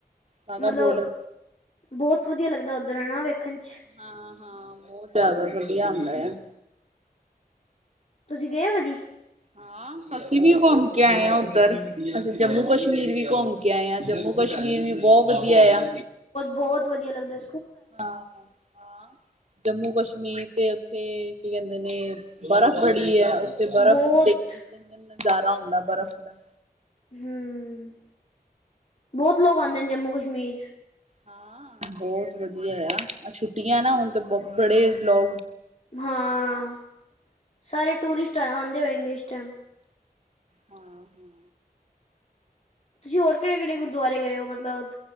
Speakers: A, on the right (about 45°); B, on the left (about 45°).
A: ਵਾਹਗਾ
B: ਮਤਲਬ,
A: ਬੋਡਰ
B: ਬੋਹਤ ਵਧੀਆ ਲੱਗਦਾ ਉਧਰ ਹਣਾ ਵੇਖਣ ਚ।
A: ਹਾਂ-ਹਾਂ ਬੋ ਜਿਆਦਾ ਵਧੀਆ ਆਂਦਾ ਆ।
B: ਤੁਸੀਂ ਗੇ ਓ ਕਦੀ?
A: ਹਾਂ। ਅਸੀਂ ਵੀ ਘੁੰਮ ਕੇ ਆਏ ਆ ਉੱਧਰ, ਅਸੀਂ ਜੰਮੂ ਕਸ਼ਮੀਰ ਵੀ ਘੁੰਮ ਕੇ ਆਏ ਆ, ਜੰਮੂ ਕਸ਼ਮੀਰ ਵੀ ਬੋ ਵਧੀਆ ਆ।
B: ਬੋਹਤ ਵਧੀਆ ਲੱਗਦਾ ਐ।
A: ਹਾਂ-ਹਾਂ। ਹਾਂ ਜੰਮੂ ਕਸ਼ਮੀਰ 'ਤੇ ਉੱਥੇ ਕੀ ਕੈਂਦੇ ਨੇ ਬਰਫ਼ ਬੜੀ ਐ ਤੇ ਬਰਫ਼
B: ਬਹੁਤ
A: ਦੇ ਨਜ਼ਾਰਾ ਆਉਂਦਾ ਬਰਫ਼ ਦਾ।
B: ਹੂੰ, ਬੋਤ ਲੋਕ ਆਂਦੇ ਨੇ ਜੰਮੂ ਕਸ਼ਮੀਰ।
A: ਹਾਂ ਬੋਤ ਵਧੀਆ ਏਆ, ਆ ਛੁੱਟੀਆਂ ਨਾ ਹੁਣ 'ਤੇ ਬੜੇ ਲੋ
B: ਹਾਂ, ਸਾਰੇ ਟੂਰਿਸਟ ਆਂਦੇ ਹੋਏਗੇ ਇਸ ਟਾਈਮ।
A: ਹਾਂ-ਹਾਂ।
B: ਤੁਸੀਂ ਹੋਰ ਕਿਹੜੇ-ਕਿਹੜੇ ਗੁਰਦੁਆਰੇ ਗਏ ਓ ਮਤਲਬ